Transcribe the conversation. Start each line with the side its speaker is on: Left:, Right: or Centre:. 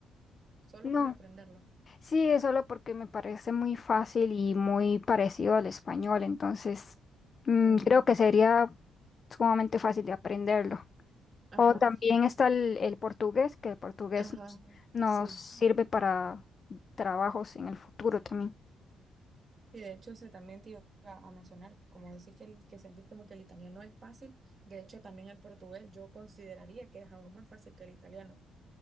Right: solo
Left: no.
Right: por aprenderlo.
Left: Sí, es solo porque me parece muy fácil y muy parecido al español, entonces mm,
Right: Ujú.
Left: creo que sería sumamente fácil de aprenderlo.
Right: Ajá,
Left: O también está el, el portugués, que el portugués
Right: ajá,
Left: nos nos
Right: sí.
Left: sirve para trabajos en el futuro también.
Right: Y de hecho, se también te iba a mencionar, como decís que, el- que sentís como que el italiano es fácil, de hecho también el portugués yo consideraría que es aún más fácil que el italiano.